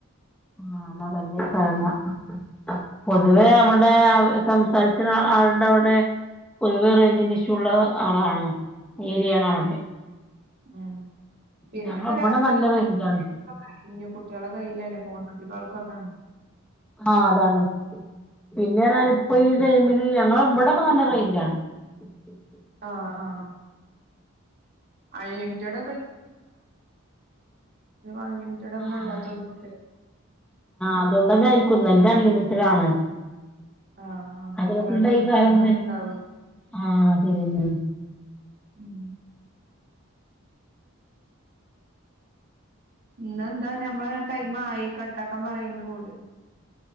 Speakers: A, in the centre; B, on the right.
A: ആഹ എന്നാ തന്നെ പറന്ന <unintelligible> <inaudible> പൊതുവേ നമ്മുടെ സംസാരിച്ച ആളുടെ അവിടെ പൊതുവെ റേഞ്ചഷ്യംള്ള ആളാണ് ഏരിയാണ് അവിടെ
B: ഉം പിന്നെ
A: ഞങ്ങളെ
B: ഇപ്പൊ
A: ഇവിടെ
B: രാത്രിക്ക
A: നല്ല റേഞ്ചാണ്
B: കഴിഞ്ഞു കുട്ടികളെ കയ്യില്ലല്ലേ ഫോൺ <inaudible> <unintelligible> ഒക്കെതാണ്
A: ആഹ അതാണ് പിന്നെ പറാൽ ഇപ്പൊ ഈ മിതി ഞങ്ങളെ ഇവിടൊക്കെ നല്ല റേഞ്ചാണ് <unintelligible>
B: ആഹ ആഹ അൺലിമിറ്റഡ് അൺലിമിറ്റഡ് ഒന്നും
A: ആ്
B: അല്ലാത്തോൽക്കൊക്കെ
A: അതുകൊണ്ടന്ന കഴിക്കുന്ന <unintelligible> മിത്രാണ്
B: ആഹ് ആഹ്
A: അതൊണ്ട്
B: ചിലർതൊക്കെ
A: ഈ കാല
B: തീർന്നിട്ടുണ്ടാവും
A: എനിക്ക് ആഹ ശരിയന്ന <unintelligible>
B: ഉം പിന്നെന്താ ഞമ്മളെ ടൈം ആയി കട്ടാക്കാൻ പറയനുണ്ട് കോൾ